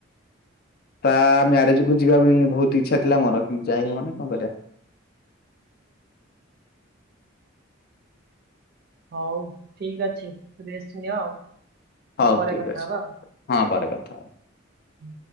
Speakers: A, on the left (about 50°); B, on the right (about 50°).
A: ତା ମ୍ୟାରେଜକୁ ମୁଁ ଯିବା ପାଇଁ ବହୁତ ଇଚ୍ଛାଥିଲା ମୋର କିନ୍ତୁ ଯାଇହବନି କଁ କରିବା।
B: ହଉ ଠିକ ଅଛି ରେଷ୍ଟ ନିଅ ଆଉ। ନିଅ
A: ହଉ
B: ପରେ
A: ଠିକ
B: କଥା
A: ଅଛି,
B: ହବା
A: ହଁ ପରେ କଥା ହବା।
B: ଆଉ